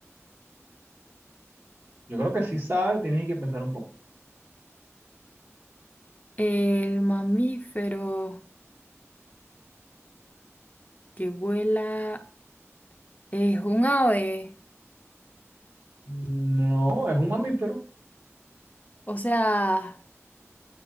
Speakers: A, on the right; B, on the left.
A: Yo creo que sí sabes, tienes que pensar un poco.
B: El mamífero que vuela. Es un ave.
A: No, es un mamífero.
B: O sea,